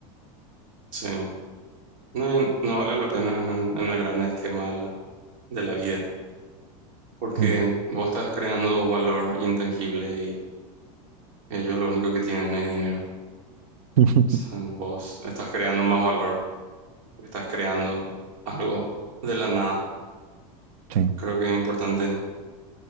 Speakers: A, on the right (about 70°); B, on the right (about 85°).
A: sí, no, y no vale la pena en el, en el gran esquema de la, de la vida, porque
B: Mm.
A: vos estás creando valor intangible y ellos lo único que tienen es dinero.
B: <laughs>
A: O sea, vos estás creando más valor, porque estás creando algo de la nada.
B: Sí.
A: Creo que es importante